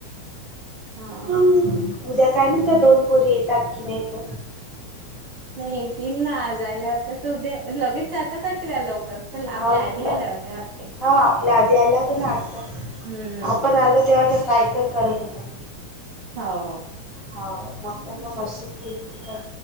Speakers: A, on the right; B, on the left.
A: हा
B: उद्या काय नत दोन पोरी येतात कि नाहीत
A: नाही त नाजला त्या तर उद्या लगेच जाताात वाटते त्या लवकर च आपल्या
B: हाव
A: आध
B: ना
A: आल्या होत्या वाटते
B: हा आपल्या आध आला तर नात
A: हम्म
B: आपण आल तेव्हा त्या सायकल करत होत्या
A: हो
B: होा मग त्यांना मशीन केली ती ख